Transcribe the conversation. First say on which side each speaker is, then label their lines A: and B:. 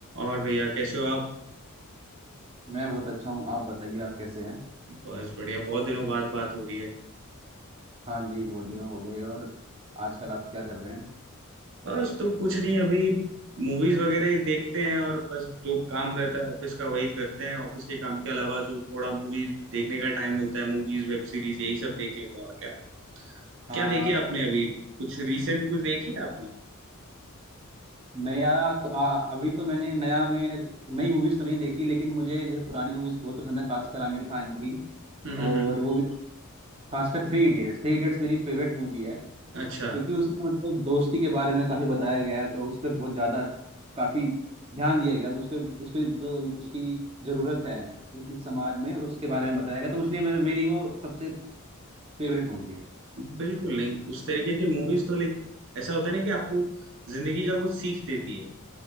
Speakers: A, on the right (about 60°); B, on the right (about 25°).
A: और भैया कैसे हो आप
B: मैं बहुत अच्छा हूँ आप बताइए आप कैसे हैं
A: बस बढ़िया बहुत दिनों बाद बात हो रही है
B: हाँ जी बहुत दिन हो गए और आजकल आप क्या कर रहे हैं
A: बस तो कुछ नहीं अभी मूवीज वगैरह ही देखते हैं और बस जो काम रहता है ऑफिस का वही करते हैं ऑफिस के काम के अलावा जो थोड़ा मूवी देखने का टाइम मिलता है मूवीज वेब सीरीज यही सब देख लेते हैं और क्या
B: हाँ
A: क्या देखी आपने अभी कुछ रिसेंट कुछ देखी है आपने
B: नया तो आ, अभी तो मैंने नया में नई मूवीज तो नहीं देखी लेकिन मुझे जैसे पुरानी मूवीज बहुत पसंद है खासकर आमिर खान की
A: हम्म
B: और
A: हम्म हम्म।
B: वो भी खासकर थ्री इडियट्स थ्री इडियट्स मेरी फेवरेट मूवी है
A: अच्छा
B: क्योंकि उसमें मतलब दोस्ती के बारे में काफी बताया गया है तो उस पर बहुत ज्यादा काफी ध्यान दिया गया है। उसके उसके जो उसकी जरूरत है इस समाज में उसके बारे में बताया गया तो इसलिए मेरे- मेरी वो सबसे फेवरेट मूवी है
A: बिल्कुल नहीं उस तरीके के मूवीज तो लाइक ऐसा होता है ना कि आपको जिंदगी का कुछ सीख देती है